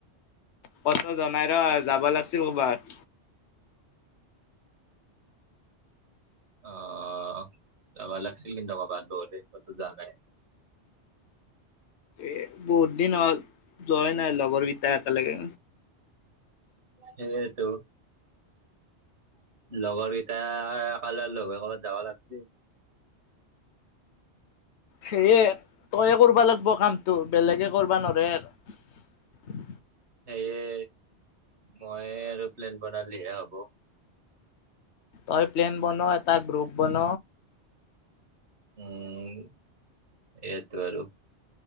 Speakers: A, on the left (about 75°); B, on the right (about 75°).
A: পত ত জনাই ৰ যাব লাগিছিল ক'বাত।
B: আহ যাবা লাগিছিল কিন্তু কবাত বহুত দিন কতো জা নাই।
A: এ বহুত দিন হল যোৱাই নাই লগৰ কেইটা একেলগে।
B: সেইটো লগৰ কেইটাই লগ হয় কবাত যাব লাগছিল।
A: সেয়ে তয়ে কৰিবা লাগিব কামটো বেলেগে কৰিবা নৰে আৰু।
B: সেয়ে মই আৰু প্লেন বনাইলিহে হব।
A: তই প্লেন বন এটা গ্ৰুপ বন।
B: উম সেইটো আৰু